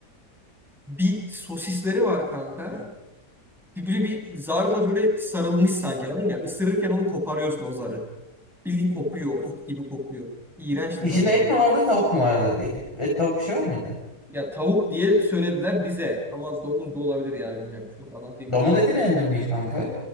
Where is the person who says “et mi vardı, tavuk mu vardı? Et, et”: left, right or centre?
Left